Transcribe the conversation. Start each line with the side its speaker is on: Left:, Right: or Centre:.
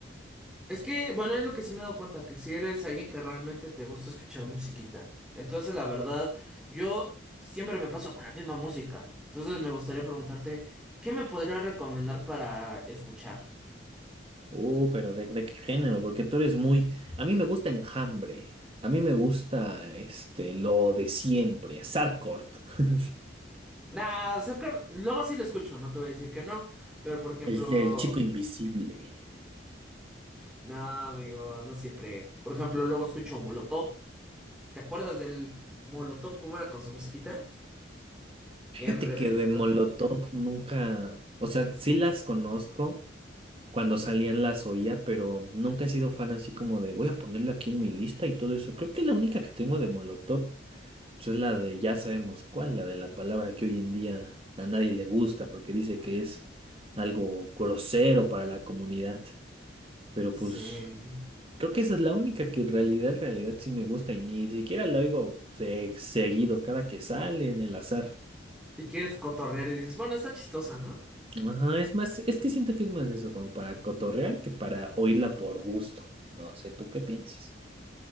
Centre: Es que, bueno, es lo que sí me he dado cuenta, que si eres alguien que realmente te gusta escuchar musiquita. Entonces, la verdad, yo siempre me paso con la misma música. Entonces, me gustaría preguntarte, ¿qué me podrías recomendar para escuchar?
Right: Uh, pero ¿de, de qué género? Porque tú eres muy... A mí me gusta Enjambre. A mí me gusta este, lo de siempre. Sarkort. <laughs>
Centre: Nah, acerca- luego sí lo escucho, no te voy a decir que no. Pero, por ejemplo...
Right: El, el chico invisible.
Centre: No, amigo, no siempre. Por ejemplo, luego escucho Molotov. ¿Te acuerdas del Molotov cómo era con su musiquita?
Right: Fíjate
Centre: Bien rebeldote.
Right: que de Molotov nunca... O sea, sí las conozco. cuando salían las oía, pero nunca he sido fan así como de voy a ponerla aquí en mi lista y todo eso. Creo que la única que tengo de Molotov pues es la de ya sabemos cuál, la de la palabra que hoy en día a nadie le gusta porque dice que es algo grosero para la comunidad. Pero
Centre: Sí.
Right: pues creo que esa es la única que en realidad, en realidad sí me gusta y ni siquiera la oigo se- seguido cada que sale en el azar.
Centre: Y quieres cotorrear y dices, bueno, está chistosa, ¿no?
Right: Ajá, es más, es que siento que es más eso, como para cotorrear que para oírla por gusto. No sé, ¿tú qué piensas?